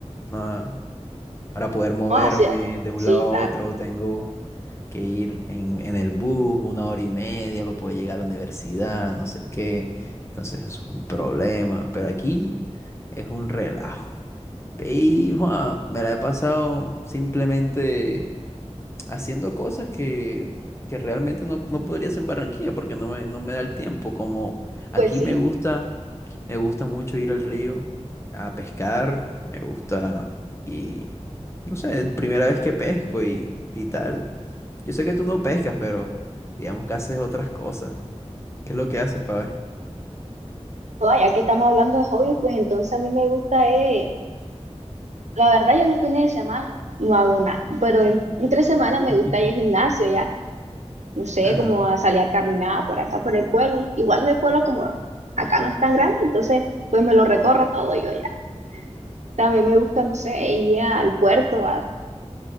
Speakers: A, on the left; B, on the right.
A: una, para poder moverme
B: Vamos hacia.
A: de un
B: Sí,
A: lado a
B: claro.
A: otro, tengo que ir en, en el bus una hora y media para poder llegar a la universidad, no sé qué. Entonces eso es un problema, pero aquí es un relajo. Y Juan, me la he pasado simplemente haciendo cosas que, que realmente no, no podría hacer en Barranquilla porque no me, no me da el tiempo. Como aquí
B: Pues sí.
A: me gusta me gusta mucho ir al río a pescar, me gusta y no sé, primera vez que pesco y, y tal. Yo sé que tú no pescas, pero digamos que haces otras cosas. ¿Qué es lo que haces, para
B: Oye, ya que estamos hablando de hobby, pues entonces a mí me gusta, eh, la verdad yo los fines de semana no hago nada, pero en, entre semanas me
A: <laughs>
B: gusta ir al gimnasio ya, no sé,
A: Ajá.
B: como a salir a caminar por acá, por el pueblo. Igual el pueblo como acá no es tan grande, entonces pues me lo recorro todo yo ya. También me gusta, no sé, ir al puerto a,